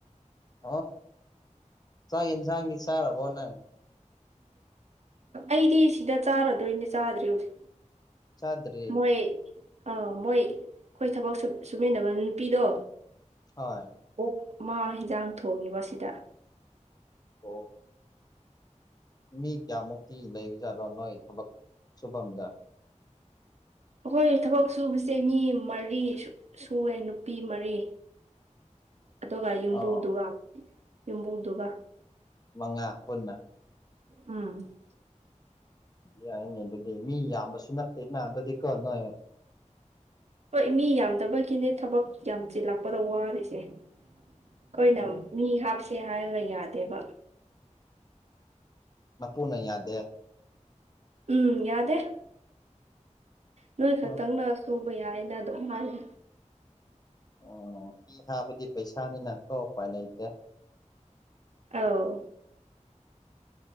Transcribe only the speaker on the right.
ꯑꯩꯗꯤ ꯁꯤꯗ ꯆꯥꯔꯗꯣꯏꯅꯦ ꯆꯥꯗ꯭ꯔꯔꯤ ꯍꯧꯖꯤꯛ
ꯃꯣꯏ ꯑꯥ ꯃꯣꯏ ꯑꯩꯈꯣꯏ ꯊꯕꯛ ꯁꯨꯃꯤꯟꯅꯕ ꯅꯨꯄꯤꯗꯣ
ꯑꯣꯛ ꯃꯥꯡ ꯍꯟꯖꯥꯡ ꯊꯣꯡꯈꯤꯕ ꯁꯤꯗ
ꯑꯩꯈꯣꯏ ꯊꯕꯛ ꯁꯨꯕꯁꯦ ꯃꯤ ꯃꯔꯤ ꯁꯨꯋꯦ ꯅꯨꯄꯤ ꯃꯔꯤ ꯑꯗꯨꯒ ꯌꯨꯝꯕꯨꯗꯨꯒ
ꯌꯨꯝꯕꯨꯗꯨꯒ
ꯎꯝ
ꯍꯣꯏ ꯃꯤ ꯌꯥꯝꯗꯕꯒꯤꯅꯦ ꯊꯕꯛ ꯌꯥꯝ ꯆꯤꯜꯂꯛꯄꯗ ꯋꯥꯔꯤꯔꯤꯁꯦ ꯑꯩꯈꯣꯏꯅ
ꯃꯤ ꯍꯥꯞꯁꯦ ꯍꯥꯏꯕꯗ ꯌꯥꯗꯦꯕ
ꯎꯝ ꯌꯥꯗꯦ ꯅꯣꯏ ꯈꯛꯇꯪꯅ
ꯁꯨꯕ ꯌꯥꯏꯅ ꯑꯗꯨꯝ ꯃꯥꯜꯂꯤ
ꯑꯥꯎ